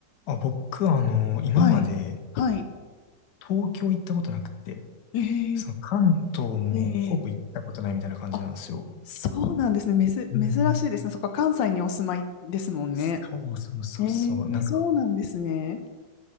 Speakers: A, on the left; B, on the left.
A: あ、僕はあの、今まで
B: はい。はい。
A: 東京行ったことなくて、
B: ええ
A: その関東もほぼ行ったことないみたいな感じなんですよ。
B: ええあ、そうなんですね。めず、
A: うん。
B: 珍しいですね。そっか、関西にお住まいですもんね。
A: そうそうそうそう。
B: ええそうなんですね。
A: なんか、